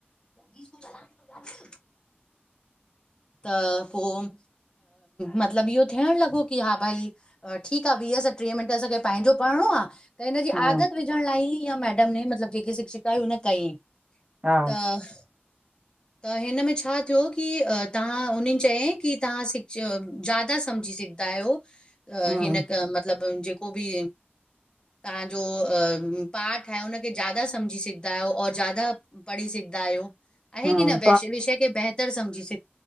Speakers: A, on the left (about 20°); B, on the right (about 30°).
A: बी <unintelligible> त पोइ मतिलबु इहो थियण लॻो की हा भई ठीकु आहे वीह। असां टीह मिंट असांखे पंहिंजो पढ़णो आहे। त हिन जी
B: हम्म
A: आदत विझण लाइ ई इहा मैडम न मतिलबु जेकी शिक्षिका आहे उन कईं।
B: हा
A: त-त हिन में छा थियो की। तव्हां उन्हनि चयो त तव्हां वधीक समझी सघंदा आहियो।
B: हम्म
A: हिन मतिलब जेको बि। तव्हांजो पाठ आहे हुनखे वधीक समझी सघंदा आहियो ऐ वधीक पढ़ी सघंदा आहियो। हिन
B: हम्म
A: विषय खे बेहतर समझी सघंदा आहियो